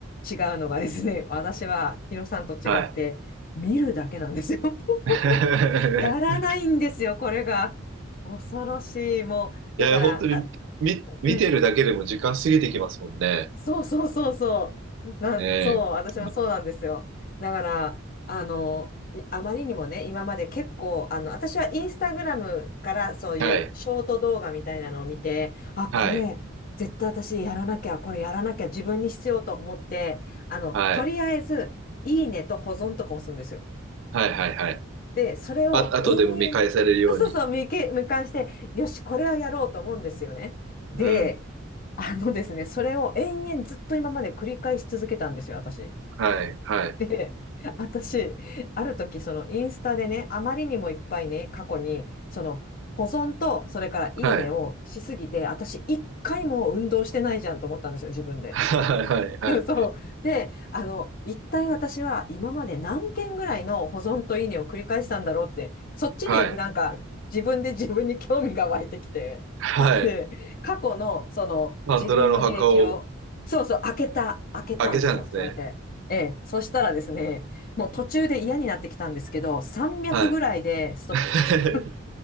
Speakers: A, on the left; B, on the right.
A: 違うのがですね、私はヒロさんと違って見るだけなんですよ。
B: はい。
A: <laughs>
B: <laughs>
A: やらないんですよ、これが。恐ろしい。もう、
B: いや、
A: だから、
B: 本当に見、
A: あ、
B: 見てるだけでも時間過ぎてきますもんね。
A: うん、そうそうそうそう。なん、
B: ええ本当に
A: そう、私もそうなんですよ。だから、あの、いあまりにもね、今まで結構、あの、私はインスタグラムからそういうショート動画みたいなのを見て、
B: はい。
A: あ、
B: はい。
A: これ、絶対私やらなきゃ、これやらなきゃ、自分に必要と思って、あの、
B: はい。
A: とりあえず、いいねと保存とか押すんですよ。
B: はいはいはい。
A: で、それを延々、
B: あ、あとでも見返されるように。
A: <laughs> そうそうそう、見け、見返して、よし、これはやろうと思うんですよね。で、
B: うん。
A: あのですね、それを延々ずっと今まで繰り返し続けたんですよ、私。
B: はい。はい。
A: で、<laughs> 私、ある時、そのインスタでね、あまりにもいっぱいね、過去に、その、保存と、それからいいねをしすぎて、
B: はい。
A: 私、一回も運動してないじゃんと思ったんですよ、自分で。
B: はい。はい。はい。
A: <laughs> そう。で、あの、一体私は今まで何件ぐらいの保存といいねを繰り返したんだろうって、そっちになんか自分で自分に興味が湧いてきて、
B: はい。はい。
A: <laughs> で、過去のその自分の履歴を、
B: パンドラの墓を
A: そうそう、開けた、開けたんですよ、
B: 開けちゃうんですね。
A: それで。ええ、そしたらですね、もう途中で嫌になってきたんですけど、300ぐらいでストップしました。
B: はい。<laughs>